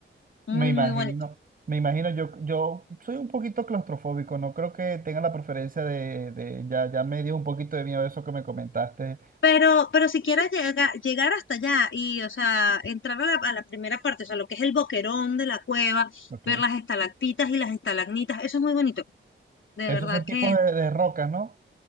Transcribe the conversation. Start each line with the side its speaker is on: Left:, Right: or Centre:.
Left: muy,
Right: Me imagino,
Left: muy bonita.
Right: me imagino, yo, yo soy un poquito claustrofóbico, no creo que tenga la preferencia de, de- ya, ya me dio un poquito de miedo eso que me comentaste.
Left: Pero, pero si quieres llega- llegar hasta allá y, o sea, entrar a la, a la primera parte, o sea, lo que es el boquerón de la cueva,
Right: Ok.
Left: ver las estalactitas y las estalagmitas, eso es muy bonito. De
Right: Esos
Left: verdad
Right: son tipos
Left: que
Right: de, de rocas, ¿no?